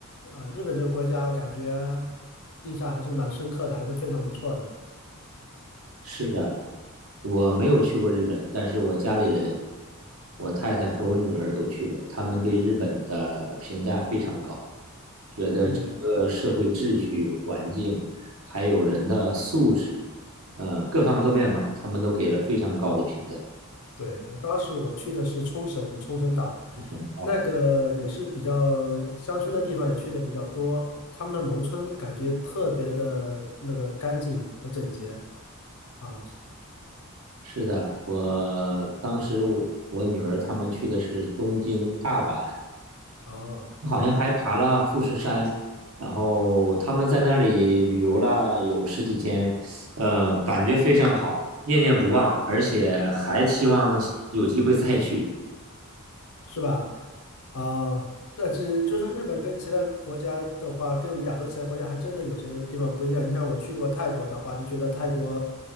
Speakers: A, on the left (about 80°); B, on the right (about 65°).
A: 啊、日本这个国家，我感觉印象还是蛮深刻的，还是非常不错的。
B: 是的，我没有去过日本，但是我家里人，我太太和我女儿都去过，他们对日本的评价非常高，觉得整个社会秩序、
A: 嗯。
B: 环境，还有人的素质，呃，各方各面吧，他们都给了非常高的评价。
A: 对，我当时我去的是冲绳，冲绳岛，
B: 嗯
A: 那个也是比较乡村的地方，也去的比较多。他们的农村感觉特别的那个干净和整洁啊，
B: 是的，我当时我我女儿他们去的是东京、大阪，
A: 哦，
B: 好像还爬了富士山，然后他们在那里旅游了有十几天，呃，感觉非常好，念念不忘，而且还期望有机会再去。
A: 是吧？啊，但是就是日本跟其他国家的话，跟我们亚洲其他国家还真的有些地方不一样。你看我去过泰国的话，就觉得泰国